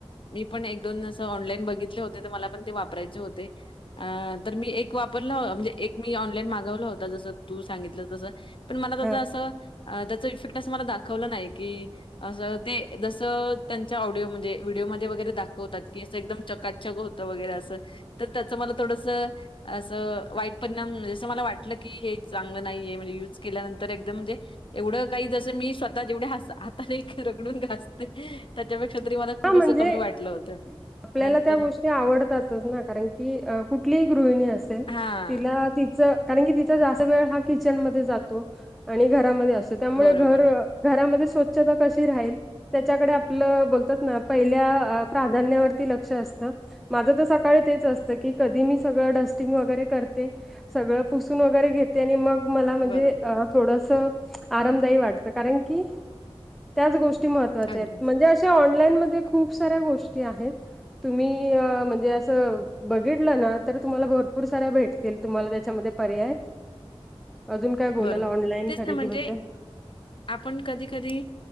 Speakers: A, on the left (about 55°); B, in the centre.
A: मी पण एक दोन अस ऑनलाईन बघितले होते तर मला पण ते वापरायचे होते. अ तर मी एक वापरला म्हणजे एक मी ऑनलाईन मागवला होता जस तू सांगितलं तस पण मला त्याच
B: हा
A: असं त्याच इफेक्ट अस मला दाखवलं नाही की असं ते जसं त्यांच्या ऑडिओ म्हणजे व्हिडिओमध्येध्ये वगैरे दाखवतात की असं एकदम चकात त <unintelligible> वगैरे असं तर त्याच मला थोडस असं वाईट परिणाम म्हे जसं मला वाटलं की हे चांगलं नाही आहे म्हणजे युज केल्यानंतर एकदम म्हणजे एवढं काही जसं मी स्वतः जेवढे ह <unintelligible> आात नाही रगडून घासते त्याच्यापेक्षा तरी मला खूप
B: हा म्हणजे
A: असं कमी वाटलं होतं.
B: आपल्याला
A: नंतर
B: त्या गोष्टी आवडतातच ना कारण की कुठलीही गृहिणी असेल
A: हां.
B: तिला तिचं कारण की तिचा जास्त वेळ हा किचनमध्येध्ये जातो आणि घरामध्ये असतो त्यामुळे
A: बरोबर,
B: घर घरामध्ये स्वच्छता कशी राहील त्याच्याकडे आपलं बोलतात ना पहिल्या प्राधान्यावरती लक्ष असत. माझ तर सकाळी तेच असतं की कधी मी सगळं डस्टिंग वगैरे करते. सगळं पुसून वगैरे घेते आणि मग मला म्हणजे
A: बरोबर.
B: अ थोडस आरामदायी वाटतं कारण की त्याच गोष्टी महत्त्वाच्या
A: अगदीच.
B: आहेत म्हणजे अ <unintelligible> ऑनलाईन म खूप साऱ्या गोष्टी आहेत तुम्ही म्हणजे असं बघितलं ना तर तुम्हाला भरपूर साऱ्या भेटतील तुम्हाला त्याच्यामध्ये पर्याय अजून काय बोलला
A: बरोबर.
B: ऑनलाईन
A: तेच
B: खरेदी
A: ना म्हणजे
B: बद्दल.
A: आपण कधी कधी